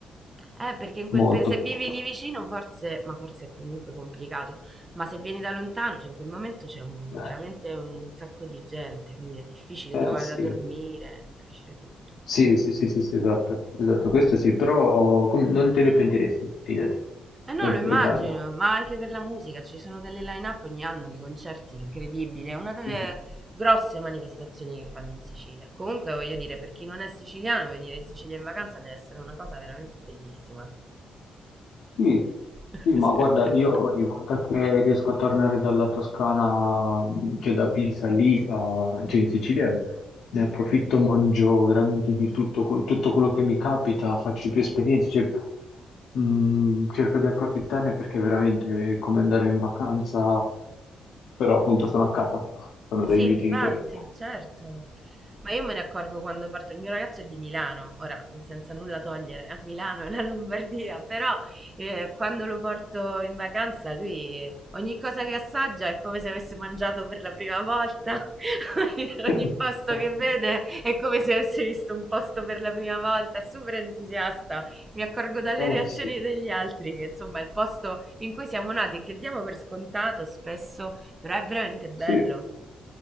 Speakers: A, on the right; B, on the left.
A: Eh, perché in quel
B: molto,
A: paese, se
B: molto
A: vivi lì vicino, forse, ma forse è comunque complicato, ma se vieni da lontano, cioè in quel momento c'è un-
B: bene.
A: veramente un sacco di gente, quindi è difficile
B: Eh,
A: trovare
B: eh, sì.
A: da dormire, è difficile tutto.
B: Sì, sì, sì, sì, sì, esatto, esatto, questo
A: Mm.
B: sì, però com- non te ne pentiresti, fidati,
A: Eh no,
B: è,
A: lo
B: è
A: immagino,
B: bello.
A: ma anche per la musica, ci sono delle line-up ogni anno di concerti incredibili, è una delle
B: Mhm.
A: grosse manifestazioni che fanno in Sicilia. Comunque voglio dire, per chi non è siciliano, venire in Sicilia in vacanza deve essere una cosa veramente bellissima.
B: Sì,
A: <laughs>
B: sì, ma guarda, io ogni volta che riesco a tornare dalla Toscana, cioè da Pisa lì, a- cioè in Sicilia, ne approfitto, mangio veramente di tutto, quel- tutto quello che mi capita, faccio più esperienze, cioè, mh, cerco di approfittarne perché veramente è come andare in vacanza, però appunto sono a casa, sono dai
A: Sì,
B: miei
A: infatti,
B: genitori.
A: certo. Ma io me ne accorgo quando parto. Il mio ragazzo è di Milano, ora senza nulla togliere a Milano e la Lombardia, però eh, quando lo porto in vacanza, lui eh, ogni cosa che assaggia è come se avesse mangiato per la prima volta. <laughs>
B: <laughs>
A: Ogni posto
B: Ah,
A: che
B: sì.
A: vede è come se avesse visto un posto per la prima volta. È super entusiasta. Mi accorgo dalle
B: Ah,
A: reazioni
B: sì.
A: degli altri che insomma il posto in cui siamo nati e che diamo per scontato spesso, però è veramente bello.
B: Sì.